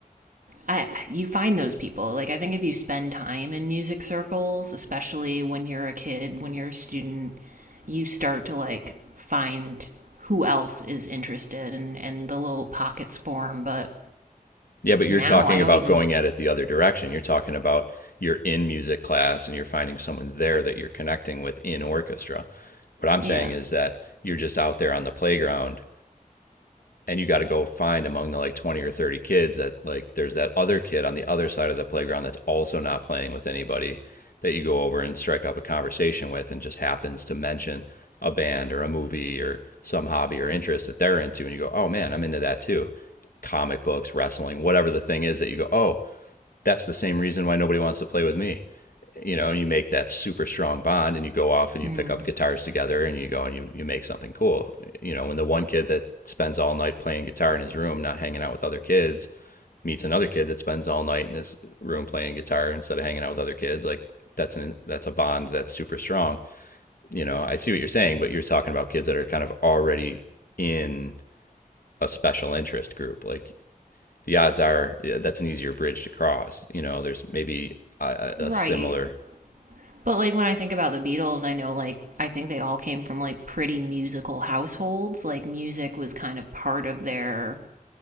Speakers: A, on the right; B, on the left.
A: I, you find those people. Like, I think if you spend time in music circles, especially when you're a kid, when you're a student, you start to like find who else is interested and, and the little pockets form. But
B: Yeah, but
A: now
B: you're talking
A: I don't
B: about
A: even,
B: going at it the other direction. You're talking about you're in music class and you're finding someone there that you're connecting with in orchestra. What I'm
A: yeah,
B: saying is that you're just out there on the playground and you got to go find among the like 20 or 30 kids that like there's that other kid on the other side of the playground that's also not playing with anybody that you go over and strike up a conversation with and just happens to mention a band or a movie or some hobby or interest that they're into and you go oh man i'm into that too comic books wrestling whatever the thing is that you go oh that's the same reason why nobody wants to play with me you know, you make that super strong bond and you go off and you
A: mm,
B: pick up guitars together and you go and you, you make something cool. You know, when the one kid that spends all night playing guitar in his room, not hanging out with other kids, meets another kid that spends all night in his room playing guitar instead of hanging out with other kids, like that's an that's a bond that's super strong. You know, I see what you're saying, but you're talking about kids that are kind of already in a special interest group. Like the odds are yeah, that's an easier bridge to cross. You know, there's maybe a, a
A: right.
B: similar
A: But like, when I think about the Beatles, I know like, I think they all came from like pretty musical households. Like, music was kind of part of their